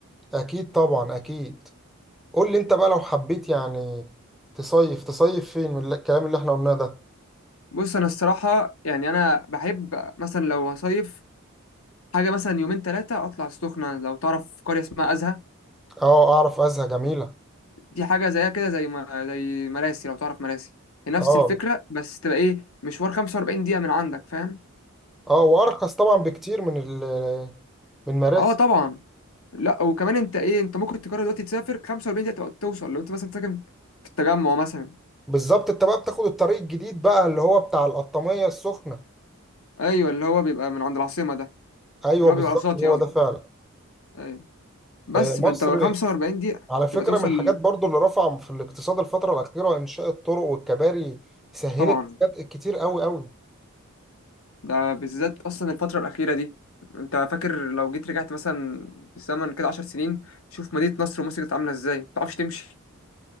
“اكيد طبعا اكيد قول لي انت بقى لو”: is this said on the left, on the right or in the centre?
Centre